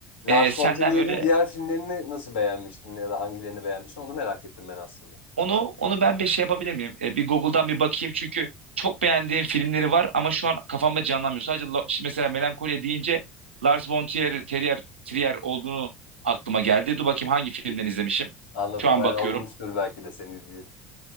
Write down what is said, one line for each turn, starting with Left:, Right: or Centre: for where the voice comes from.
Left: Lars
Right: e, senden
Left: von Trier'in
Right: böyle
Left: diğer filmlerini nasıl beğenmiştin ya da hangilerini beğenmiştin onu merak ettim ben aslında.
Right: Onu onu ben bir şey yapabilir miyim? E, bir Google'dan bir bakayım çünkü çok beğendiğim filmleri var ama şu an kafamda canlanmıyor. Sadece La- şimdi mesela Melankoliye deyince Lars von Trier, Terrier, Trier olduğunu aklıma geldi. Dur bakayım hangi filmden izlemişim.
Left: Anladım
Right: Şu an
Left: bayağı
Right: bakıyorum.
Left: olmuştur belki de seni izleyeli.